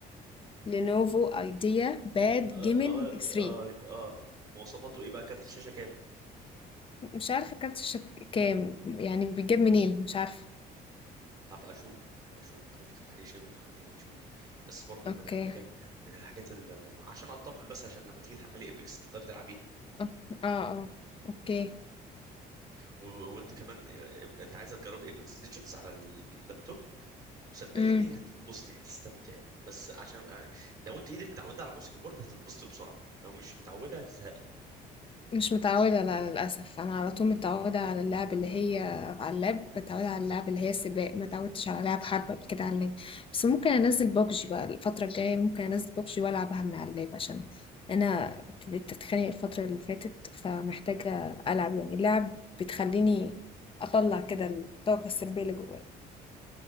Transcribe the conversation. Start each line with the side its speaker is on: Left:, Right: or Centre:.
Left: لينوفو ايديا باد
Right: اه
Left: جيمنج
Right: اه
Left: 3
Right: اه آه. مواصفاته ايه بقى كارت الشاشه كام
Left: مش عارفة كارت الشبكة كام يعني بيجيب منين مش عارفة
Right: هبقى اشوف هبقى اشوف اخليك تفتح لي شير وتخليني اشوف بس برضو
Left: اوكي
Right: من الحاجات من الحاجات اللي اللي- عشان اطمن بس عشان لما تيجي تحملي ايبكس تقدري تلعبيها
Left: اه اه اوكي
Right: و- وانت كمان آه، انت عايزه تجربي ايبكس ليجندز على اللابتوب وصدقيني
Left: امم
Right: هتتبسطي هتستمتعي بس عشان آه، لو انت ايدك متعوده على الماسك بورد هتتبسطي بسرعه لو مش متعوده هتزهقي
Left: مش متعودة لا للأسف أنا على طول متعودة على اللعب اللي هي على اللاب متعودة على اللعب اللي هي سباق ما تعودتش على لعب حرب قبل كده على اللاب بس ممكن أنزل بابجي بقى الفترة الجاية ممكن أنزل بابجي وألعبها من على اللاب عشان أنا ابتديت أتخانق الفترة اللي فاتت فمحتاجة ألعب يعني اللعب بتخليني أطلع كده الطاقة السلبية اللي جوايا